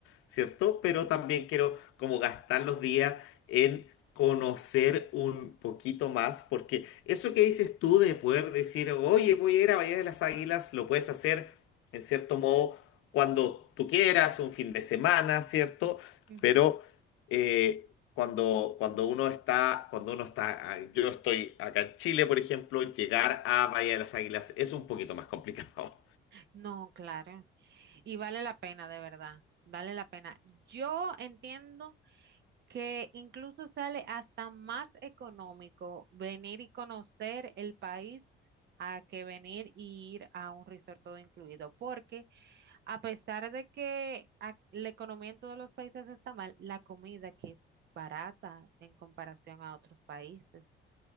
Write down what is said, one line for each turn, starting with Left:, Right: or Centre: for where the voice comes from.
Left: ¿cierto? Pero también quiero como gastar los días en conocer un poquito más, porque eso que dices tú de poder decir, oye, voy a ir a Bahía de las Águilas, lo puedes hacer en cierto modo cuando tú quieras, un fin de semana, ¿cierto?
Right: Ujú.
Left: Pero eh, cuando, cuando uno está, cuando uno está, ah, yo estoy acá en Chile, por ejemplo, llegar a Bahía de las Águilas es un poquito más complicado.
Right: No, claro. Y vale la pena, de verdad. Vale la pena. Yo entiendo que incluso sale hasta más económico venir y conocer el país a que venir y ir a un resort todo incluido, porque A pesar de que ac- la economía en todos los países está mal, la comida que es barata en comparación a otros países.